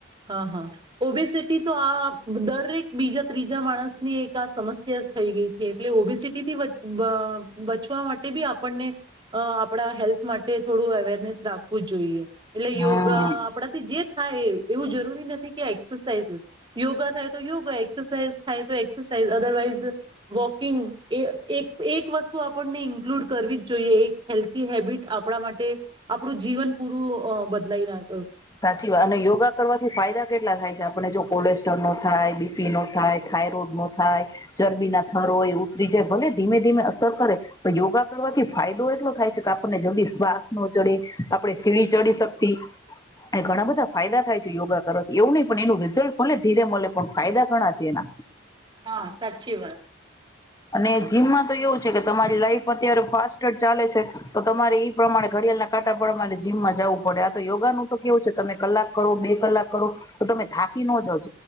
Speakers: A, on the right; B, on the left.
A: હા હા ઓબેસિટી તો આ દરેક બીજા ત્રીજા માણસની એક આ સમસ્યા જ થઈ ગઈ છે, એટલે ઓબેસીિટીથી બચવા માટે બી આપણને આપણા હેલ્થ માટે થોડું અવેરનેસ રાખવું જ જોઈએ. એટલે
B: હમ
A: યોગા. આપડાથી જે થાય એ એવું જરૂરી નથી કે એક્સરસાઇઝ યોગા થાય તો યોગા એક્સરસાઇઝ થાય તો એક્સરસાઇઝ, અદરવાઈઝ વોકિંગ એ એક એક વસ્તુ આપણને ઇન્કલુડ કરવી જ જોઈએ એક હેલ્થી હેબિટ આપણા માટે આપણું જીવન પૂરું બદલાઈ નાખ
B: સાચી વાત અને યોગા કરવા ફાયદા કેટલા થાય છે આપને જો કોલેસ્ટ્રોલ નો થાય, બીપી નો થાય, થાયરોઈડ નો થાય, ચરબી ના થર હોય ઉતરી જાય, ભલે ધીમે ધીમે અસર કરે પણ યોગા કરવાથી ફાયદો એટલો થાય છે કે આપણને જલ્દી શ્વાસ ન ચડે આપણે સીડી ચડી શકતી એ ઘણા બધા ફાયદા થાય છે યોગા કરવાથી એવું નહીં પણ એનું રિઝલ્ટ મળે ધીરે મળે પણ ફાયદા ઘણા છે એના.
A: હા સાચી વાત.
B: અને જીમમાં તો એવું છે કે તમારી લાઈફ અત્યારે ફાસ્ટ ચાલે છે તો તમારે એ પ્રમાણે ઘડિયાળના કાંટા પ્રમાણે જીમમાં જવું પડે, આ તો યોગાનું તો કેવું છે તમે કલાક કરો બે કલાક કરો તો તમે થાકી ન જ